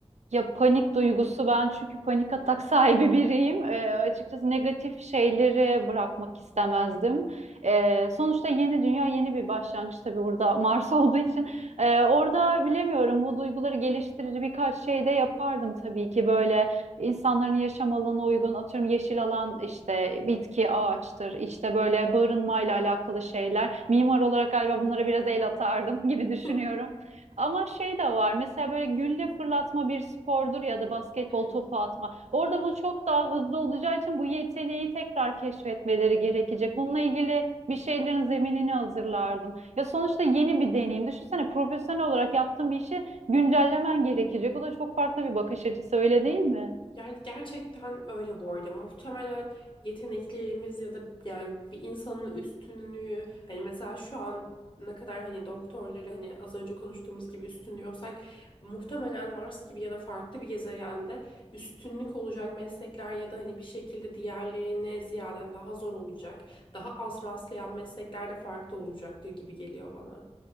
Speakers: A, on the right; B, on the left.
A: Ya panik duygusu ben çünkü panik atak <laughs> sahibi biriyim. Ee, açıkçası negatif şeyleri bırakmak istemezdim. Ee, sonuçta yeni dünya yeni bir başlangıç tabii burada Mars <laughs> olduğu için. Ee, orada bilemiyorum bu duyguları geliştirici birkaç şey de yapardım tabii ki böyle insanların yaşam alanına uygun atıyorum yeşil alan işte bitki ağaçtır işte böyle barınmayla alakalı şeyler. Mimar olarak galiba bunlara biraz el atardım <laughs> gibi düşünüyorum.
B: <laughs>
A: Ama şey de var mesela böyle gülle fırlatma bir spordur ya da basketbol
B: Evet.
A: topu atma. Orada bu çok daha hızlı olacağı için bu yeteneği tekrar keşfetmeleri gerekecek. Bununla ilgili bir şeylerin zeminini hazırlardım. Ya sonuçta yeni bir deneyim. Düşünsene profesyonel olarak yaptığın bir işi güncellemen gerekecek. O da çok farklı bir bakış açısı öyle değil mi?
B: Ger- gerçekten öyle bu arada. Muhtemelen yeteneklerimiz ya da yani bir insanın üstünlüğü hani mesela şu an ne kadar hani doktorları hani az önce konuştuğumuz gibi üstünlüyorsak muhtemelen Mars gibi ya da farklı bir gezegende üstünlük olacak meslekler ya da hani bir şekilde diğerlerine ziyaden daha zor olacak, daha az rastlayan meslekler de farklı olacaktır gibi geliyor bana.